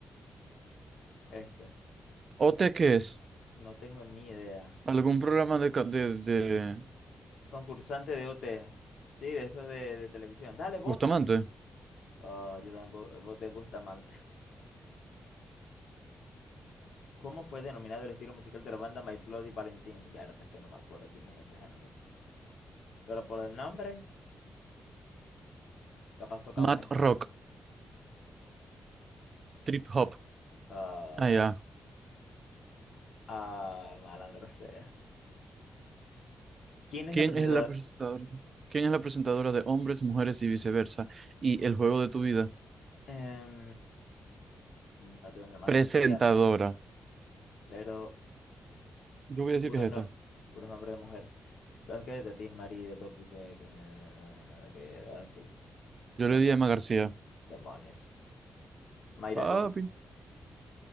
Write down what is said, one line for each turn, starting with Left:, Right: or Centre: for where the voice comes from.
Left: Este,
Right: ¿OT qué es?
Left: no tengo ni idea.
Right: ¿Algún programa de, ca- de, de-
Left: Concursante de OT. Sí, de esos de, de televisión. Dale, botas.
Right: Bustamante.
Left: eso. Oh, yo también vo- voté Bustamante. <laughs> ¿Cómo fue denominado el estilo musical de la banda My Bloody Valentine? Verdad, es que no me acuerdo quién es esta gente. Pero por el nombre, capaz tocaban
Right: Matt
Left: esto.
Right: Rock. Trip Hop.
Left: Ah,
Right: Ah, ya.
Left: ah, malandro sea. ¿Quién es
Right: ¿Quién
Left: la presentadora?
Right: es la presentadora? ¿Quién es la presentadora de Hombres, Mujeres y Viceversa? Y El Juego de tu Vida.
Left: Em, no tengo ni la más
Right: Presentadora.
Left: remota idea. Pero
Right: Yo voy a decir
Left: Puros,
Right: que es esta.
Left: no, puros nombres de mujer. ¿Sabes qué? De ti, Mari, del doping, güey, que, que vas tú.
Right: Yo
Left: Demon-
Right: le di a Emma García.
Left: demonios. Mayra
Right: Papi.
Left: Gómez.